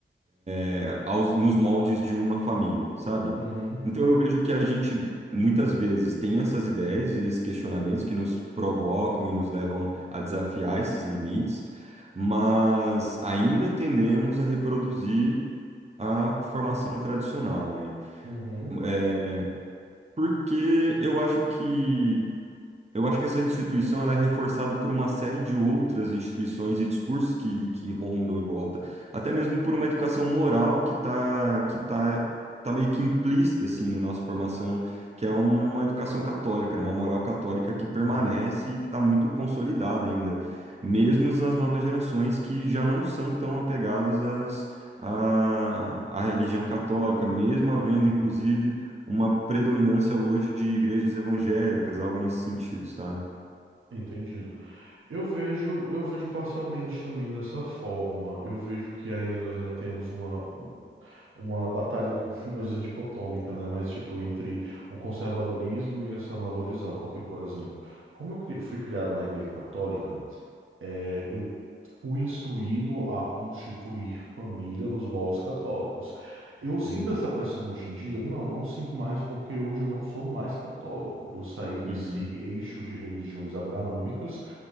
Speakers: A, on the right (about 30°); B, on the right (about 85°).
A: é, aos, nos moldes de uma família, sabe?
B: uhum,
A: Então eu vejo que a gente muitas vezes tem essas ideias e esses questionamentos que nos provocam e nos levam a desafiar esses limites, mas ainda tendemos a reproduzir a formação tradicional, né?
B: uhum,
A: É, Porque eu acho que eu acho que essa instituição ela é reforçada por uma série de outras instituições e discursos que, que rondam em volta, até mesmo por uma educação moral que está que tá, tá meio que implícita assim na nossa formação, que é uma educação católica, né? Uma moral católica que permanece
B: uhum.
A: e que está muito consolidada ainda, mesmo nas novas gerações que já não são tão apegadas às, à, à religião católica, mesmo havendo,
B: Hum,
A: inclusive uma predominância hoje de igrejas evangélicas, algo nesse sentido, sabe?
B: Entendido. Eu vejo, eu vejo parcialmente também dessa forma. Eu vejo que ainda nós ainda temos uma, um- uma batalha, <laughs> eu ia dizer dicotômica, né? Mas tipo, entre o conservadorismo e essa nova visão. Porque, por exemplo, como eu cri- fui criado na Igreja Católica, é, eu fui instruído a constituir família nos moldes católicos. Eu sinto
A: Uhum,
B: essa pressão hoje em dia? Não, não sinto mais, porque hoje eu não sou mais católico. Eu saí desse
A: uhum,
B: eixo de religiões abraâmicas